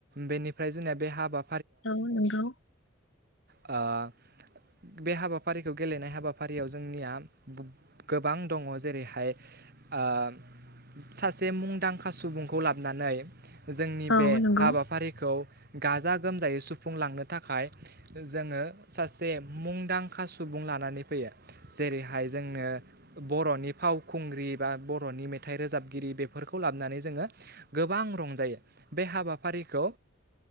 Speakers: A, on the right; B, on the left.
A: बेनिफ्राय जोंनिया बे हाबा
B: औ नंगौ
A: आ बे हाबाफारिखौ गेलेनाय हाबाफारियाव जोंनिया गोबां दङ' जेरैहाय ओम सासे मुंदांखा सुबुंखौ लाबनानै जोंनि
B: औ
A: बे
B: नंगौ
A: हाबाफारिखौ गाजा गोमजायै सुफुंलांनो थाखाय जोङो सासे मुंदांखा सुबुं लानानै फैयो जेरैहाय जोंनो बर'नि फावखुंग्रि बा बर'नि मेथाइ रोजाब गिरि बेफोरखौ लाबनानै जोङो गोबां रंजायो बे हाबाफारिखौ